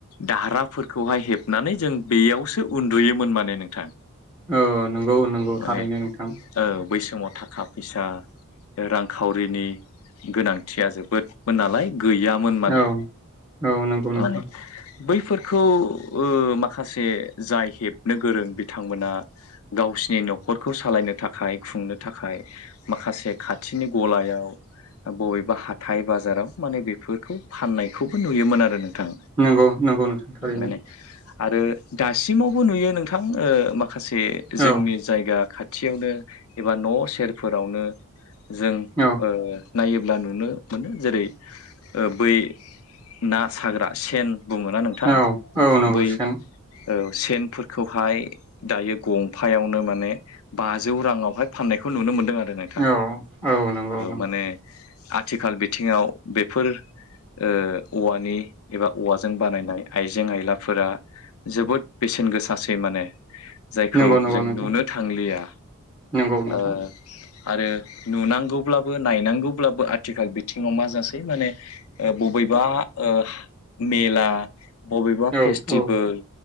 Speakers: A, on the left (about 70°); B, on the right (about 20°).
A: दाहारा फोरखौहाय हेबनानै जों बेयावसो उन्दुयोमोन माने नोंथां।
B: औ नंगौ नंगौ
A: माने
B: थारैनो नोंथां।
A: औ बै समाव थाखा फैसा रां-खावरिनि गोनांथिया जोबोदमोन नालाय। गैयामोन माने
B: औ औ नंगौ नोंथां
A: माने बैफोरखौ ओ माखासे जाय हेबनो गोरों बिथांमोना गाव गावसिनि न'खरखौ सालायनो थाखाय खुंनो थाखाय माखासे खाथिनि गलायाव बबेबा हाथाय बाजाराव माने बेफोरखौ फाननाय खौबो नुयोमोन आरो नोंथां
B: नंगौ नंगौ नोंथां थारैनो
A: माने आरो दासिमाव बो नुयो नोंथां ओ माखासे जोंनि
B: औ
A: जायगा खाथि खाथियावनो एबा न' सेर फोरावनो जों
B: औ
A: ओ नायोब्ला नुनो मोनो जेरै ओ बै ना साग्रा सेन बुङोना नोंथां
B: औ औ नंगौ
A: बै
B: सेन
A: औ सेन फोरखौहाय दायो गंफायावनो माने बाजौ राङाव हाय फाननायखौ नुनो मोनदों आरो।
B: औ।
A: नोंथां
B: औ नंगौ नंगौ
A: माने आथिखाल बिथिङाव बेफोर ओ औवा नि एबा औवाजों बानायनाय आइ जें आइला फोरा जोबोद बेसेन गोसासै माने। जायखौ
B: नंगौ नंगौ
A: जों
B: नोंथां
A: नुनो थांलिया
B: नंगौ नोंथां
A: ओ आरो नुनांगौ ब्लाबो नायनांगौ ब्लाबो आथिखाल बिथिङाव मा जासै माने बबेबा ओ मेला बबेबा
B: औ
A: फेस्टिभेल
B: औ